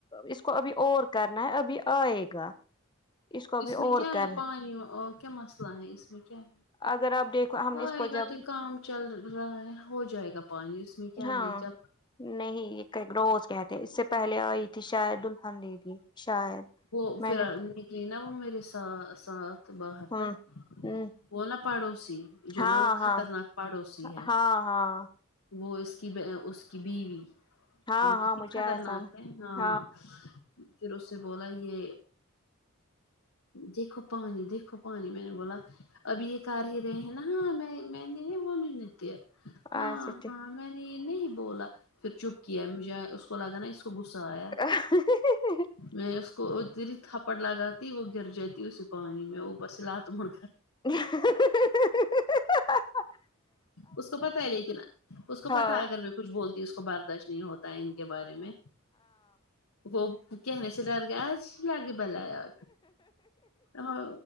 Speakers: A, on the left; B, on the left.
A: اس کو ابھی اور کرنا ہے ابھی آئے گا کو ابھی
B: اس میں
A: اور
B: کیا
A: کرنا
B: ہے پانی کیا مسئلہ ہے اس میں کیا ہے
A: اگر آپ دیکھو ہم نے اس
B: آئے
A: کو جب
B: گا تو کام چل رہا ہے ہو جائے گا پانی اس میں کیا
A: ہاں
B: ہے جب
A: نہیں روز کہتےے اس سے پہلے آئی تھی شاید الحن دیدی شاید
B: وہ
A: میں
B: پھر
A: نے
B: نکلی نا وہ میرے سا ساتھ باہر
A: ہوں
B: تک
A: ہوں
B: وہ نا پڑوسی جو
A: ہاں
B: نا وہ
A: ہاں
B: خطرناک پڑوسی ہے
A: ہاں ہاں
B: وہ اس کی اس کی بیوی
A: ہاں
B: وہ
A: ہاں
B: کتنی
A: مجھے
B: خطرناک
A: آیا سمجھ
B: ہے ہاں پھر اسے بولا یے دیکھو پانی دیکھو پانی میں نے بولا ابھی ایک کر ہی رہے ہیں نا ہاں میں میں نے ونی نہیں تی ہاں
A: ایسے ٹھیک
B: ہاں میں نے یے نہیں بولا پھر چپ کیا مجھے اس کو لگا نا اس کو غصہ آیا
A: <inaudible>
B: میں؀اس کو ادھر ہی تھپڑ لگاتی وہ گر جا تی اسی پانی میں اوپر سے لات مار
A: <inaudible>
B: اس کو پتہ ہے لیکن اس کو
A: ہاں
B: پتہ ہے اگر میں کچھ بولتی اس کو برداشت نہیں ہوتا ہے ان کے بارے میں وہ کہہ نے سے ڈر گیا آج لاگے بلایا ہاں